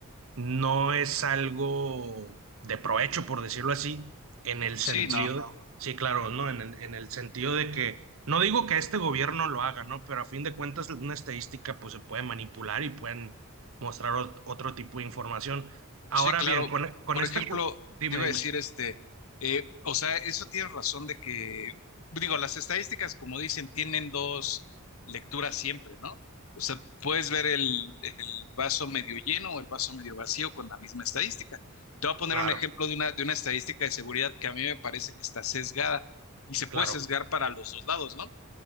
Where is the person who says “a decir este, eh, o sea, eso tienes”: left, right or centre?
Left